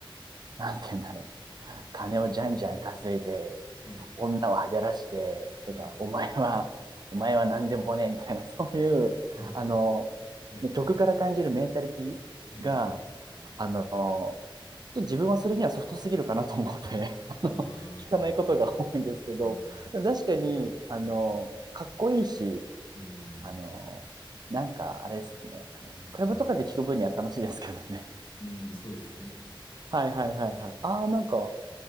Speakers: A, on the right; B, on the left.
A: なんていうんだろう。金をじゃんじゃん稼いで、
B: はい、
A: 女をはべらしてとか、
B: はい、
A: お前は、お前は何でもね、みたいな、<laughs> そういう、
B: <laughs>
A: あの、
B: はい、
A: 曲から感じるメンタリティが、
B: はい。うん
A: あの、ちょっと自分はそれにはソフトすぎるかなと思って <laughs>、あの、
B: あー
A: 聞かないことが多いんですけど、
B: あー、
A: でも確かに、
B: そうですね。
A: あの、かっこいいし、
B: うん、
A: あの、なんか、あれですね、あの、
B: うん、
A: クラブとかで聞く分には楽しいですけどね。
B: うん、そうですね。
A: <laughs> はいはいはいはい。ああ、なんか、